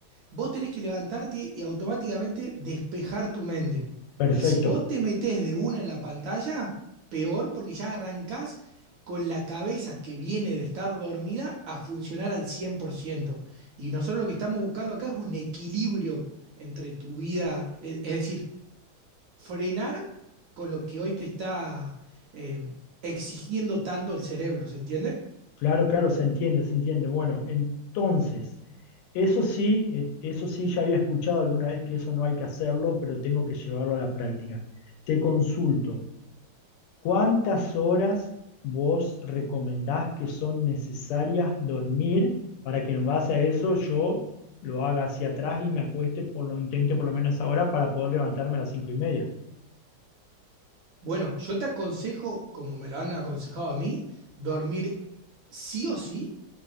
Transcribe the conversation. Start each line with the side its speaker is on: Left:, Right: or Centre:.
Right: Vos tenés que levantarte y automáticamente despejar tu mente.
Left: perfecto.
Right: Y si vos te metés de una en la pantalla, peor porque ya arrancás con la cabeza que viene de estar dormida a funcionar al cien por ciento Y nosotros lo que estamos buscando acá es un equilibrio entre tu vida, e- es decir, frenar con lo que hoy te está eh, exigiendo tanto el cerebro, ¿se entiende?
Left: Claro, claro, se entiende, se entiende. Bueno, entonces, eso sí, eh, eso sí, ya había escuchado alguna vez que eso no hay que hacerlo, pero tengo que llevarlo a la práctica. Te consulto, ¿cuántas horas vos recomendás que son necesarias dormir para que en base a eso yo lo haga hacia atrás y me acueste por lo intente por lo menos esa hora para poder levantarme a las cinco y media?
Right: Bueno, yo te aconsejo, como me lo han aconsejado a mí, dormir sí o sí